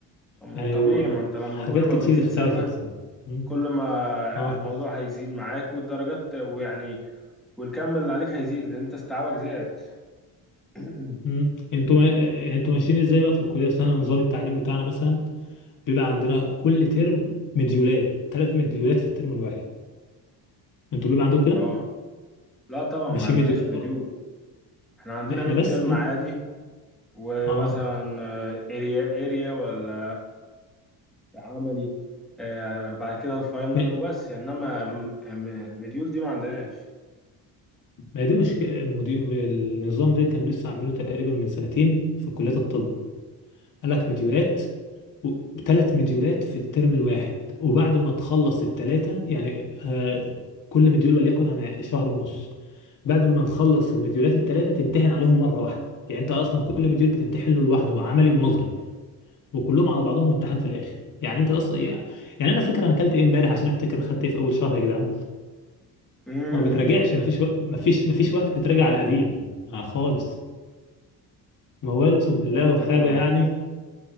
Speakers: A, in the centre; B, on the left.
A: طب ما
B: يعني
A: طبيعي
B: و-
A: ما أنت لما
B: حاجات
A: كل ما
B: كتير
A: بتزيد
B: اختلفت
A: سنة
B: مم.
A: كل ما
B: اه
A: الموضوع هيزيد معاك والدرجات ويعني والكم اللي عليك هيزيد لأن أنت استيعابك زاد <clears throat>
B: مم. انتوا ما... انتوا ماشيين ازاي بقى في الكليه اصل احنا نظام التعليم بتاعنا مثلا بيبقى عندنا كل ترم مديولات ثلاث مديولات في الترم الواحد انتوا بيبقى عندكم كده
A: اه لا طبعا
B: ماشيين
A: ما عندناش
B: مديولات
A: مديول
B: برضه
A: احنا عندنا
B: احنا
A: ميد
B: بس
A: ترم
B: كده
A: عادي ومثلا
B: اه
A: اريا اريا ولا آه، عملي آه، بعد كده الفاينل
B: ما
A: وبس انما م- م- مديول دي ما عندناش
B: ما دي مشكله مدي... النظام ده كان لسه عاملينه تقريبا من سنتين في كليه الطب قال لك مديولات ثلاث مديولات في الترم الواحد وبعد ما تخلص الثلاثه يعني آه كل مديول وليكن عن شهر ونص بعد ما نخلص المديولات الثلاثه تمتحن عليهم مره واحده يعني انت اصلا كل مديول بتمتحن له لوحده عملي ونظري وكلهم على بعضهم امتحان في الاخر يعني انت اصلا يعني يعني انا فاكر انا اكلت ايه امبارح عشان افتكر خدت ايه في اول شهر يا جدعان
A: امم
B: ما بتراجعش ما فيش ما فيش ما فيش وقت تتراجع على القديم آه خالص موال اقسم بالله
A: فهمتك
B: وحاجه
A: اه
B: يعني